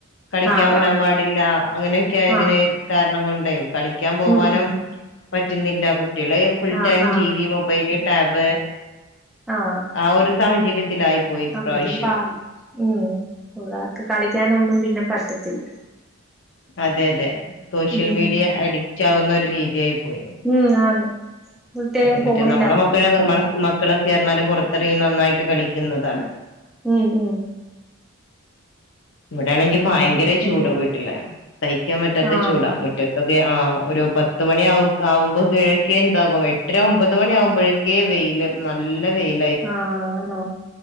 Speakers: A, on the left; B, in the centre.
A: കളിക്കാൻ
B: ആഹ്
A: വിടാൻ
B: ആഹ്.
A: പാടില്ല അങ്ങനെയൊക്കെയായതിന്.
B: ആഹ്.
A: കാരണം കൊണ്ടെ കളി കളിക്കാൻ പോവാനും
B: ഉം ഉം.
A: പറ്റുന്നില്ല കുട്ടികള് ഫുൾ
B: ആഹ്
A: ടൈം
B: ആഹ്.
A: TV mobile tab.
B: ആഹ്
A: ആ ഒരു സാഹചര്യത്തിലായി. പോയി ഇപ്രാവശ്യം
B: ആ അതും പാ ഉം പിള്ളാർക്ക് കളിക്കാനൊന്നും പിന്നെ പറ്റത്തില്ല.
A: അതെ അതെ സോഷ്യൽ
B: ഉം.
A: മീഡിയ അഡിക്റ്റ് ആവുന്ന ഒരു രീതിയായി പോയി.
B: ഉം ആ ഫുൾടൈം
A: അതെ
B: ഫോണിലാവും
A: മറ്റേ നമ്മളെ മക്കളൊക്കെ
B: പിന്നെ.
A: മക്കളൊക്കെ പറഞ്ഞാല് പുറത്തിറങ്ങി നന്നായിട്ട് കളിക്കുന്നതാണ്.
B: ഉം ഉം.
A: ഇവിടെയാണെങ്കിൽ
B: ആഹ്.
A: ഭയങ്കര
B: പിന്നെ
A: ചൂട് വീട്ടില് സഹിക്കാൻ പറ്റാത്ത
B: ആഹ്.
A: ചൂടാ മുറ്റ ക്കെ ആ ഒരു പത്ത് മണി ആ ആവുമ്പോ കിഴക്കെ എന്താകും എട്ടര ഒമ്പത് മണി ആകുമ്പോഴേ ഒക്കെ വെയില് നല്ല വെയില്.
B: ആഹ് ആണോ